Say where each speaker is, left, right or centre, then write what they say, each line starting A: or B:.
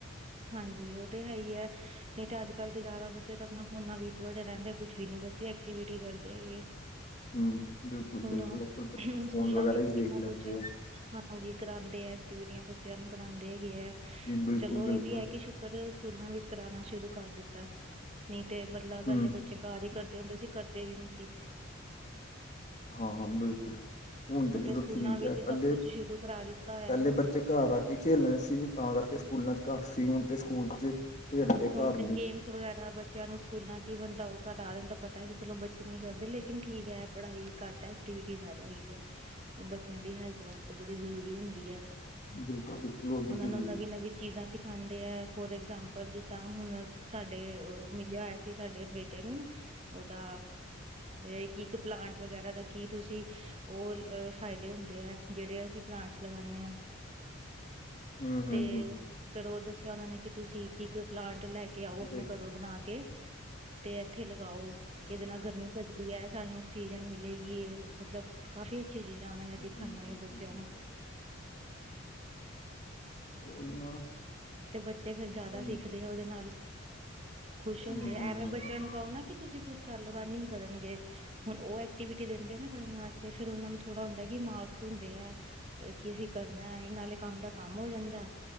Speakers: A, on the right; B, on the left.
A: ਹਾਂਜੀ ਉਹ ਤੇ ਹੈ ਹੀ ਹੈ ਨਹੀ ਤਾ ਅੱਜ ਕੱਲ੍ਹ ਤੇ ਜਾਦਾ ਬੱਚੇ ਤਾ ਆਪਣਾ ਫੋਨਾ ਵਿੱਚ ਵੜੇ ਰਹਿੰਦੇ ਕੁਛ ਵੀ ਨੀ ਬੱਚੇ ਐਕਟੀਵਿਟੀ ਕਰਦੇ ਹੈਗੇ।
B: ਹਮ ਬਿਲਕੁਲ
A: ਹੁਣ-ਹੁਣ
B: ਬਿਲਕੁਲ ਅੱਜ ਕੱਲ ਬੱਚੇ ਫੋਨ
A: ਸਕੂਲਾ
B: ਵਗੈਰਾ
A: ਵਿੱਚ
B: ਹੀ ਦੇਖ
A: ਕਿੰਨਾ
B: ਲੈਂਦੇ
A: ਕੁਛ ਹਾਂਜੀ
B: ਆ
A: ਕਰਾਉਂਦੇ ਆ ਐਕਟੀਵਿਟੀਆ ਬੱਚਿਆਂ ਨੂੰ ਕਰਾਉਂਦੇ ਹੈਗੇ ਹੈ
B: ਜੀ ਬਿਲਕੁਲ
A: ਚਲੋ ਇਹ
B: ਬਿਲਕੁਲ
A: ਵੀ ਹੈ ਕਿ ਕਰ ਸਕੂਲਾਂ ਵਿੱਚ ਕਰਾਣਾ ਸ਼ੁਰੂ ਕਰ ਦਿੱਤਾ ਨੀ ਤੇ ਮਤਲਬ
B: ਹਮ
A: ਹਲੇ ਬੱਚੇ ਘਾਰ ਹੀ ਕਰਦੇ ਹੁੰਦੇ ਸੀ ਕਰਦੇ ਵੀ ਨੀ ਸੀ।
B: ਹਾਂ ਬਿਲਕੁਲ। ਹੁਣ ਤੇ ਚਲੋ
A: ਸਕੂਲਾਂ
B: ਠੀਕ
A: ਵਿੱਚ
B: ਐ, ਪੈਲੇ,
A: ਸਭ ਕੁਛ ਸ਼ੁਰੂ ਕਰਾ ਦਿੱਤਾ ਹੋਇਆ
B: ਪੈਲੇ
A: ਹੈ।
B: ਬੱਚੇ ਘਰ ਆ ਖੇਲਣਾ ਸੀ, ਤਾਂ ਕਰਕੇ ਸਕੂਲਾਂ ਚ ਘੱਟ ਸੀ, ਹੁਣ ਤੇ ਸਕੂਲ ਚ ਖੇਡਦੇ
A: ਹੁਣ
B: ਘਰ
A: ਤੇ
B: ਨੀ
A: ਗੇਮ ਵਗੈਰਾ ਬੱਚਿਆਂ ਨੂੰ ਸਕੂਲਾਂ ਚ ਈ ਬੰਦਾ ਉਹ ਕਰਾ ਦੇਂਦਾ ਆ, ਪਤਾ ਕਿ ਚਲੋ ਬੱਚੇ ਨਈ ਕਰਦੇ, ਲੇਕਿਨ ਠੀਕ ਹੈ ਪੜ੍ਹਾਈ ਘੱਟ ਐਕਟੀਵਿਟੀ ਜ਼ਿਆਦਾ ਹੈਗੀ ਐ, ਬੱਚਿਆਂ ਦੀ ਹੈਲਥ ਵਾਸਤੇ ਬੜੀ ਜ਼ਰੂਰੀ ਹੁੰਦੀ ਐ।
B: ਬਿਲਕੁਲ ਬਿਲਕੁਲ ਉਹ ਵੀ
A: ਔਨ੍ਹਾਂ
B: ਜ਼ਰੂਰੀ
A: ਨੂੰ ਨਵੀਂ-ਨਵੀਂ
B: ਹੈ
A: ਚੀਜ਼ਾਂ ਸਿਖਾਂਦੇ ਐ, ਫੋਰ ਐਗਜਾਮ ਪਲ ਜਿੱਦਾਂ ਹੁਣ, ਸਾਡੇ ਉਹ ਮਿਲਿਆ ਹੋਇਆ ਸੀ ਸਾਡੇ ਬੇਟੇ ਨੂੰ, ਔਦਾਂ ਏਹ ਕਿ ਇੱਕ ਪਲਾਂਟ ਵਗੈਰਾ ਦਾ ਕੀ ਤੁਸੀਂ ਔਲ ਅ ਫਾਇਦੇ ਹੁੰਦੇ ਐ, ਜੇਹੜੇ ਅਸੀਂ ਪਲਾਂਟਸ ਲਗਾਣੇ ਆ।
B: ਹਮ
A: ਤੇ
B: ਹਮ ਹਮ
A: ਫੇਰ ਔਹ ਦੱਸਿਆ ਉਹਨਾਂ ਨੇ, ਕਿ ਤੁਸੀਂ ਕੀ ਤੇ ਔਹ ਪਲਾਂਟ ਲੈ ਕੇ ਆਓ ਆਪਣੇ
B: ਦੇਖ
A: ਘਰੋਂ
B: ਹਮ
A: ਬਣਾ ਕੇ। ਤੇ ਐਥੇ ਲਗਾਓ, ਕਿਅਦੇ ਨਾਲ ਗਰਮੀ ਘਟਦੀ ਐ? ਸਾਨੂੰ ਔਕਸੀਜਨ ਮਿਲੇਗੀ ਏ ਮਤਲਬ। ਕਾਫ਼ੀ ਅੱਛੀ ਚੀਜ਼ਾਂ ਔਨ੍ਹਾਂ ਨੇ ਦਿਖਾਈਆਂ
B: ਹਮ
A: ਹੋਇਆਂ
B: ਬਿਲਕੁਲ
A: ਬੱਚਿਆਂ
B: ਬਿਲਕੁਲ
A: ਨੂੰ।
B: ਉਹੀ ਨਾ
A: ਤੇ ਬੱਚੇ ਫੇਰ
B: ਏਦਾਂ
A: ਜਾਦਾ
B: ਹੀ
A: ਸਿੱਖ ਦੇ ਉਹਦੇ ਨਾਲ, ਖੁਸ਼ ਹੁੰਦੇ
B: ਹਮ
A: ਐ,
B: ਹਮ
A: ਐਵੇਂ
B: ਹਮ
A: ਬੱਚਿਆਂ
B: ਹਮ
A: ਨੂੰ ਕੋਉ ਨਾ ਕਿ ਤੁਸੀਂ ਕੁੁਛ ਘਰ ਲੋ ਬਾਰ ਨੀ ਕਰਨਗੇ। ਹੁਣ ਉਹ ਐਕਟੀਵਿਟੀ ਦਿੰਦੇ ਨੇ ਕਰਨ ਵਾਸਤੇ, ਫੇਰ ਔਨ੍ਹਾਂ ਨੂੰ ਥੋੜਾ ਹੁੰਦਾ ਏ ਕਿ ਮਾਰਕਸ ਹੁੰਦੇ ਐ। ਕੀ ਅਸੀਂ ਕਰਨਾ ਏ, ਨਾਲੇ ਕੰਮ ਦਾ ਕੰਮ ਹੋ ਜਾਂਦਾ ਐ,